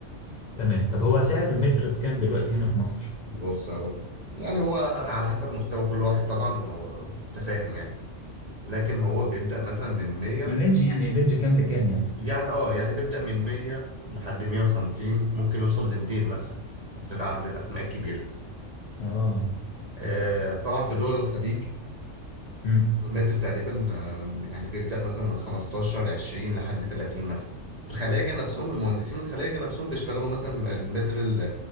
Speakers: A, on the left; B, on the right.
A: تمام طب هو سعر المتر بكام دلوقتي هنا في مصر
B: بص هقول لك يعني هو على حسب مستوى كل واحد طبعا و- وتفاهم يعني لكن هو بيبدا مثلا من 100
A: الرينج يعني الرينج كام لكام يعني
B: يعني اه يعني بيبدا من 100 لحد 150 ممكن يوصل ل 200 مثلا بس ده عند الاسماء الكبيره
A: اه
B: آه، طبعا في دول الخليج
A: مم.
B: المتر تقريبا آه، يعني بيبدأ مثلا من 15 20 لحد 30 مثلا الخلاجة نفسهم المهندسين الخلاجة نفسهم بيشتغلوا مثلا المتر ال-